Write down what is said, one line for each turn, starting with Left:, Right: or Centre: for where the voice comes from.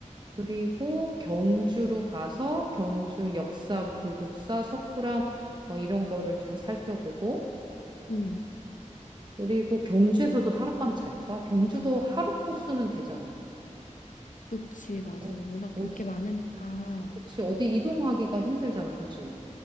Right: 그리고 경주로 가서 경주 역사, 불국사, 석굴암 뭐 이런 거를 좀 살펴보고,
Left: 음.
Right: 그리고 경주에서도 하룻밤 잘까? 경주도 하루 코스는 되잖아.
Left: 그치, 맞아.
Right: 어,
Left: 워낙
Right: 어디,
Left: 볼 게 많으니까.
Right: 그치, 어디 이동하기가 힘들잖아, 그치?